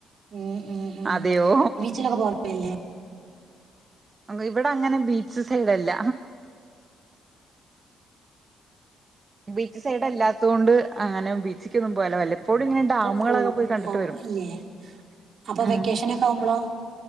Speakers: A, on the right; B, on the right.
A: ഉ ഉ ഉ
B: അതെയോ
A: വീച്ചിലൊക്കെ പോവല്ലേ
B: ഇവിടെ അങ്ങനെ ബീച്ച് സൈഡല്ല ബീച്ച് സൈഡ്ല്ലാത്ത കൊണ്ട് അങ്ങനെ ബീച്ചക്കൊന്നും പോലില്ല പ്പോഴും ഇങ്ങനെ
A: ഇപ്പൊ
B: ഡാമുകളൊക്കെ
A: പോവും
B: പോയി കണ്ടിട്ട്
A: ഓ,
B: വരും
A: ഇല്ലേ അപ്പൊ
B: ഉ
A: വെക്കേഷനൊക്കെ ആവുമ്പളോ